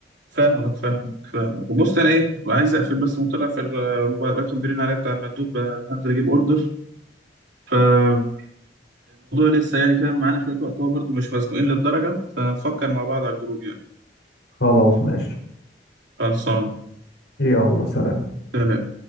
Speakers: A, on the right; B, on the left.
A: فاهمك فاهمك فاهمك بص انا ايه عايز اقفل بس مطلع في الموبايل بكتب بيرن عليا بتاع المندوب آه، هنزل اجيب اوردر فالموضوع لسه يعني فاهم معانا شويه وقت هو برضه مش مزنوقين للدرجه فنفكر مع بعض على الجروب يعني
B: خلاص ماشي
A: خلصان
B: يلا سلام
A: سلام.